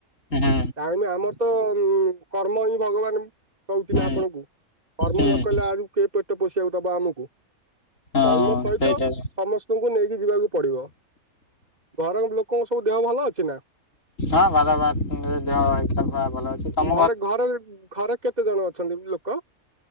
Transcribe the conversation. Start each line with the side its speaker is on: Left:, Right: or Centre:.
Left: ହୁଁ ହୁଁ
Right: ଟାଇମି ଆମର ତ ଉଁ, କର୍ମ ହିଁ ଭଗବାନ କହୁଚି
Left: ହୁଁ
Right: ନା ଆପଣଙ୍କୁ। କର୍ମ
Left: ହୁଁ
Right: ନ କଲେ ଆରୁ କିଏ ପେଟ ପୋଷିବାକୁ ଦବ ଆମକୁ।
Left: ହଁ
Right: କର୍ମ ସହିତ
Left: ସେଇଟା ହୁଁ।
Right: ସମସ୍ତଙ୍କୁ ନେଇକି ଯିବାକୁ ପଡିବ। ଘର ଲୋକଙ୍କ ସବୁ ଦେହ ଭଲ ଅଛି ନା?
Left: ହଁ ବାବା ମା ଉଁ, ଦେ -ଦେହ ଏକଦମ୍ ଭ- ଭଲ। ଅଛି ତମ
Right: ଘରେ ଘରେ ଉ, ଘରେ କେତେ ଜଣ ଅଛନ୍ତି ଲୋକ?